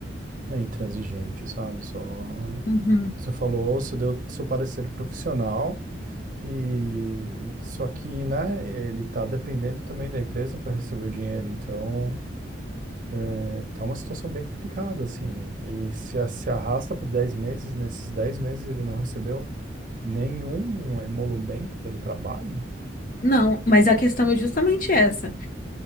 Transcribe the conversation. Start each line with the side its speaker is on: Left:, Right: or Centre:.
Right: é, intransigente, sabe? Só
Left: Uhum.
Right: você falou, você deu seu parecer profissional. E só que, né, ele tá dependendo também da empresa para receber o dinheiro, então é, tá uma situação bem complicada, assim. E se, a- se arrasta por 10 meses, nesses 10 meses ele não recebeu nenhum emolumento pelo trabalho?
Left: Não, mas a questão é justamente essa.